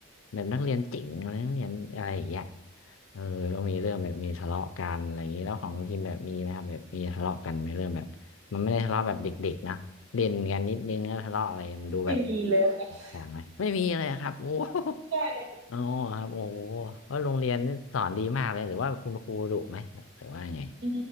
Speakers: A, on the left; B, on the right.
A: แบบนักเรียนเจ๋งอะไรนักเรียนอะไรอย่างเงี้ยเออก็มีเรื่องแบบมีทะเลาะกันอะไรอย่างงี้แล้วของทีมแบบมีไหมครับแบบมีทะเลาะกันไหมเรื่องแบบมันไม่ได้ทะเลาะแบบเด็กๆนะเล่นกันนิดนึงแล้วทะเลาะอะไรมันดูแบบ
B: ไม่มีเลยค่ะ
A: จริงจังไหมไม่มีเลยครับโอ้โห
B: ใช่
A: อ๋อครับโอ้ก็โรงเรียนนี่สอนดีมากเลยหรือว่าคุณครูดุไหมครับหรือว่าไง
B: อื